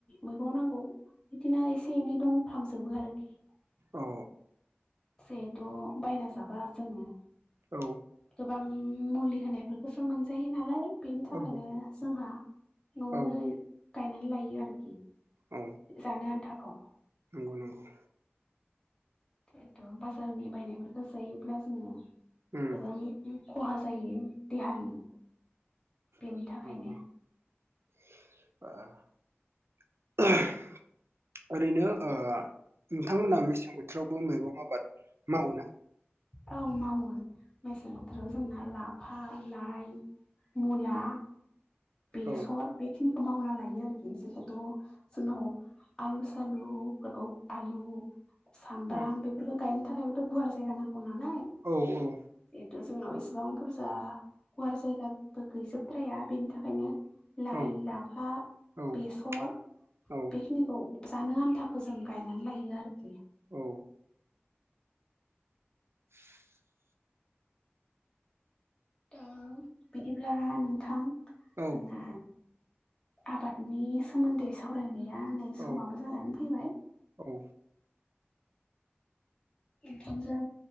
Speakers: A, on the left (about 20°); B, on the right (about 85°).
A: मैगं नांगौ बिदिनो एसे एनै दंफामजोबो आरोखि
B: औ
A: जिहेथु' बायना जाबा जोङो
B: औ
A: गोबां मुलि होनायफोरखौसो मोनजायो नालाय बेनि थाखायनो
B: औ
A: जोंहा न'वावनो
B: औ औ
A: गायनानै लायो आरोखि
B: औ
A: जानो आन्थाखौ
B: नंगौ नंगौ।
A: जिहेतु बाजारनि बायनायफोरखौ जायोब्ला जोङो
B: उम
A: गोबां खहा जायो देहानि बेनि
B: ओम
A: थाखायनो
B: ओरैनो ओ नोंथांमोना मेसें बोथोरावबो मैगं आबाद मावो ना?
A: औ मावो मेसें बोथोराव जोंना लाफा लाइ मुला बेसर
B: औ
A: बेखिनिखौ मावना लायो आरोखि जिहेथु जोंनाव आलु सालुफोरखौ आलु सामब्राम
B: औ
A: बेफोरखौ गायनो थाखायबोथ' गुवार जायगा नांगौ नालाय
B: औ औ
A: जिथु जोंनाव इसिबां बुरजा गुवार जायगाबो गैजोबद्राया बेनि थाखाय ओंखायनो लाइ,
B: औ
A: लाफा
B: औ
A: बेसर
B: औ
A: बेखिनिखौ जानो आन्थाखौ जों गायनानै लायो आरो
B: औ <unintelligible>
A: दा बिदिब्ला नोंथां
B: औ
A: जोंना आबादनि सोमोन्दै सावरायनाया नै समाबो
B: औ
A: जानानै फैबाय
B: औ
A: ओंखामजों